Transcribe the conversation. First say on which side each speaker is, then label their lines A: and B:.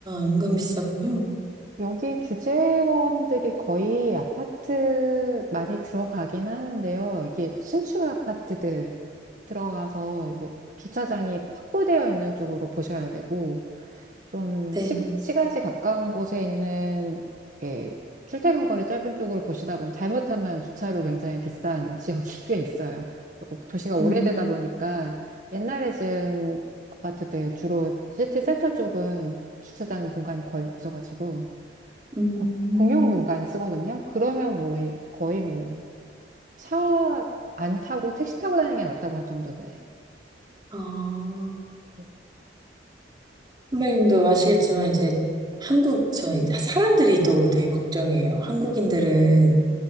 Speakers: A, on the right; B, on the right.
A: 은근 비싸군요.
B: 여기 주재원들이 거의 아파트 많이 들어가긴 하는데요. 이게 신축 아파트들 들어가서 이제 주차장이 확보되어 있는 쪽으로 보셔야 되고, 좀
A: 네.
B: 시, 시가지 가까운 곳에 있는 게 출퇴근 거리 짧은 쪽으로 보시다 보면 잘못하면 주차료 굉장히 비싼 <laughs> 지역이 꽤 있어요. 그리고 도시가 오래되다
A: 음,
B: 보니까 옛날에 지은 아파트들 주로 시티 센터 쪽은 주차장 공간이 거의 없어가지고
A: 음,
B: 고- 공용 공간을 쓰거든요. 그러면 뭐 이- 거의 뭐 차 안 타고 택시 타고 다니는 게 낫다고 할 정도네.
A: 아.
B: 네.
A: 선배님도 아시겠지만, 이제 한국, 저희 사람들이 또 되게 걱정이에요. 한국인들은